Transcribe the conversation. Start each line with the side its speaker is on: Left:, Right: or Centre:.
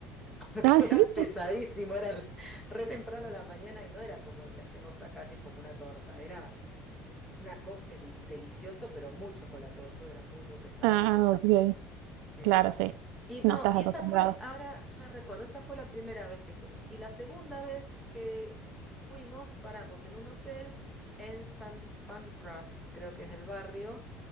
Centre: <laughs> porque
Right: Ah, sí.
Centre: era pesadísimo, era re temprano a la mañana y no era como el que hacemos acá, que es como una torta, era una cosa eh, di- delicioso pero muy chocolatoso, era muy, muy pesado.
Right: Ah, ok.
Centre: Eh,
Right: Claro, sí.
Centre: y no,
Right: No estás
Centre: y
Right: acostumbrado.
Centre: esa fue, ahora ya recuerdo, esa fue la primera vez que fuimos. Y la segunda vez que fuimos, paramos en un hotel en San Pancras, creo que es el barrio.